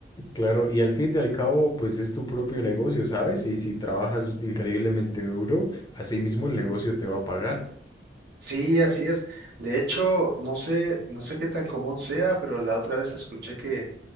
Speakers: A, on the left (about 20°); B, on the right (about 65°).
A: Claro, y al fin y al cabo, pues es tu propio negocio, ¿sabes? Y si trabajas increíblemente duro, así mismo el negocio te va a pagar.
B: Sí, así es. De hecho, no sé, no sé qué tan común sea, pero la otra vez escuché que,